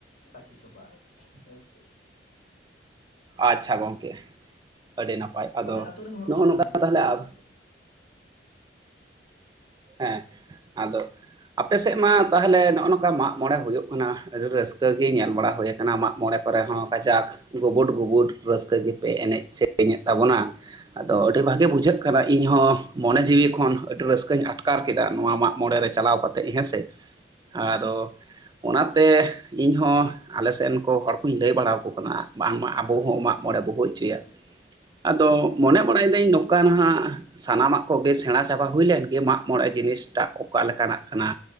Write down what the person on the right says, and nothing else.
ᱟᱪᱪᱷᱟ ᱜᱚᱝᱠᱮ ᱟᱹᱰᱤ ᱱᱟᱯᱟᱭ, ᱟᱫᱚ
ᱱᱚᱜᱚ
ᱱᱚᱠᱟ
ᱛᱟᱦᱚᱞᱮ
ᱟᱵ
ᱦᱮᱸ ᱟᱫᱚ ᱟᱯᱮ ᱥᱮᱜ ᱢᱟ ᱛᱟᱦᱚᱞᱮ ᱱᱚᱜ-ᱚ ᱱᱚᱠᱟ ᱢᱟᱜ ᱢᱚᱬᱮ ᱦᱩᱭᱩᱜ ᱠᱟᱱᱟ ᱟᱹᱰᱤ ᱨᱟᱹᱥᱠᱟᱹ ᱜᱮ ᱧᱮᱞ ᱵᱟᱲᱟ ᱦᱩᱭ ᱠᱟᱱᱟ ᱢᱟᱜ ᱢᱚᱬᱮ ᱠᱚᱨᱮ ᱦᱚᱸ ᱠᱟᱡᱟᱠ ᱜᱩᱵᱩᱰ ᱜᱩᱵᱩᱰ ᱨᱟᱹᱥᱠᱟᱹ ᱜᱮᱯᱮ ᱮᱱᱮᱡ ᱥᱮᱨᱮᱧᱮᱫ ᱛᱟᱵᱚᱱᱟ ᱟᱫᱚ ᱟᱹᱰᱤ ᱵᱷᱟᱜᱮ ᱵᱩᱡᱷᱟᱹᱜ ᱠᱟᱱᱟ ᱤᱧ ᱦᱚᱸ ᱢᱚᱱᱮ ᱡᱤᱣᱤ ᱠᱷᱚᱱ ᱟᱹᱰᱤ ᱨᱟᱹᱥᱠᱟᱹᱧ ᱟᱴᱠᱟᱨ ᱠᱮᱫᱟ ᱱᱚᱣᱟ ᱢᱟᱜ ᱢᱚᱬᱮ ᱨᱮ ᱪᱟᱞᱟᱣ ᱠᱟᱛᱮᱫ ᱦᱮᱸ ᱥᱮ᱾
ᱟᱫᱚ ᱚᱱᱟᱛᱮ ᱤᱧ ᱦᱚᱸ ᱟᱞᱮ ᱥᱮᱱ ᱠᱚ ᱦᱚᱲ ᱠᱩᱧ ᱞᱟᱹᱭ ᱵᱟᱲᱟᱣᱠᱚ ᱠᱟᱱᱟ ᱵᱟᱝᱢᱟ ᱟᱵᱚ ᱦᱚᱸ ᱢᱟᱜ ᱢᱚᱬᱮ ᱵᱚ ᱦᱳᱭ ᱦᱚᱪᱚᱭᱟ᱾ ᱟᱫᱚ ᱢᱚᱱᱮ ᱵᱟᱲᱟᱭ ᱫᱟᱹᱧ ᱱᱚᱠᱟ ᱱᱟᱦᱟᱜ ᱥᱟᱱᱟᱢᱟᱜ ᱠᱚᱜᱮ ᱥᱮᱬᱟ ᱥᱟᱵᱟ ᱦᱩᱭ ᱞᱮᱱ ᱜᱮ ᱢᱟᱜ ᱢᱚᱬᱮ ᱡᱤᱱᱤᱥᱴᱟᱜ ᱚᱠᱟ ᱞᱮᱠᱟᱱᱟᱜ ᱠᱟᱱᱟ?